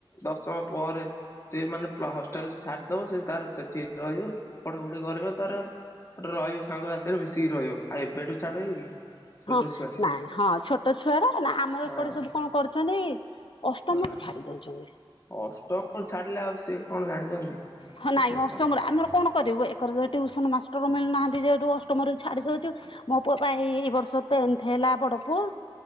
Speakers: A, on the left; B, on the left.
A: ଦଶମ ପରେ। ସେ ମାନେ ହଷ୍ଟେଲ ଛାଡିଦବ ସେ ତାର ସେଠି ରହିବ ପଢା ପୁଢ଼ି କରିବ ତାର। ଗୋଟେ ରହିବ ସାଙ୍ଗ ସାଥିରେ ମିଶିକି ରହିବ ଆଉ ଏବେଠୁ ଛାଡହବ କି। ଛୋଟ
B: ହଁ
A: ଛୁଆ
B: ନାଇଁ ହଁ ଛୋଟ ଛୁଆର ନା ଆମର
A: ହଁ
B: ଏକଡେ ସବୁ କଣ କରୁଛନ୍ତି। ଅଷ୍ଟମରୁ
A: ହଁ।
B: ଛାଡି ଦଉଛନ୍ତି।
A: ଅଷ୍ଟମ ଛାଡିଲେ ଆଉ ସିଏ କଣ ଜାଣିଛନ୍ତି।
B: ହଁ
A: ଛୋଟ
B: ନାଇଁ ଅଷ୍ଟମରେ
A: ଛୁଆ ଟା
B: ଆମର କଣ କରିବୁ ଏକର ଯେ ଟ୍ୟୁସନ ମାଷ୍ଟର ମିଳୁନାହାନ୍ତି ଯେହଠୁ ଅଷ୍ଟମରୁ ଛାଡି ଦଉଛୁ। ମୋ ପୁଅ ବା ଏଇ ଏଇ ବର୍ଷ ତ ଟେନ୍ଥ ହେଲା ବଡ ପୁଅ।